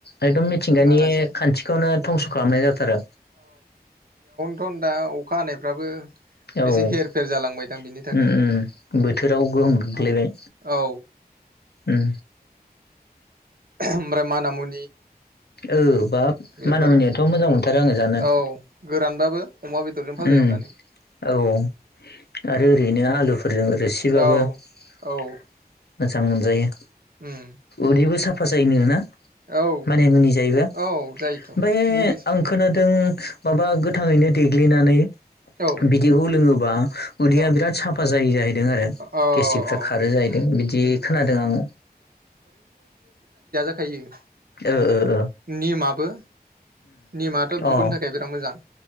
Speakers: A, on the left; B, on the right.
A: एकदम मिथिंगानि
B: माखासे
A: खान्थिखौ नो थंस' खालामनाय जाथारो।
B: थ' दा अखा हानायफ्राबो
A: औ उम
B: एसे हेर फेर जालांबायदां बिनि थाखायनोथन
A: उम बोथोराव गोहोम गोग्लैबाय
B: औ औ
A: उम।
B: ओमफ्राय मानामु
A: ओ बाब
B: बेफोरो
A: मान मुनियाथ' मोजां मोनथारो आङो जानो
B: औ गोरानबाबो अमा बेदरजों भाजा
A: उम
B: एवनानै
A: औ औ आरो ओरैनो आलु फोरजों रोसिबाबो
B: औ
A: मोजां
B: औ
A: मोनजायो।
B: उम
A: उदैबो साब फा जायनो ना।
B: औ
A: मानि मनि जायोबा ओमफ्राय
B: औ जायोथ' मुलि
A: आं खोना दों माबा गोथांङैनो देग्लिनानै
B: औ
A: बिदैखौ लोंङोबा उदैया
B: औ
A: बिराद साफा जायो आरो। आरो
B: अ
A: गेसटिकफ्रा
B: अ
A: खारो जाहैदों
B: उम
A: बिदि
B: उम
A: खोनादों आंङो।
B: खायो।
A: ओ ओ।
B: निमाबो निमाथ'
A: ओ उम अ
B: बिगुरनि थाखाय बिराद मोजां।